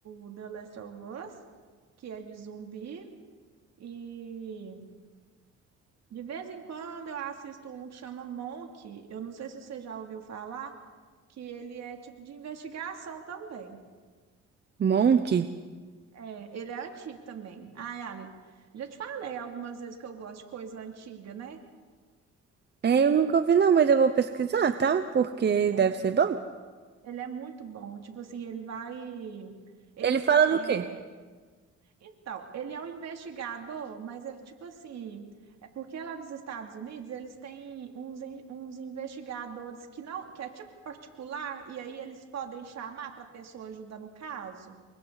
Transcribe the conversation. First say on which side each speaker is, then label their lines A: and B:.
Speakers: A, on the right; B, on the right.
A: o The Last of Us, que é de zumbi. E de vez em quando eu assisto um que chama Monk. Eu não sei se você já ouviu falar, que ele é tipo de investigação também.
B: Monk?
A: É, ele é antigo também. Ai, amigo, já te falei algumas vezes que eu gosto de coisa antiga, né?
B: É, eu nunca ouvi não, mas eu vou pesquisar, tá? Porque
A: É,
B: deve ser bom.
A: ele é muito bom. Tipo assim, ele vai. Ele
B: Ele fala
A: é.
B: do quê?
A: Então, ele é um investigador, mas ele, tipo assim. É porque lá nos Estados Unidos eles têm uns, en- uns investigadores que não, que é tipo particular, e aí eles podem chamar para a pessoa ajudar no caso.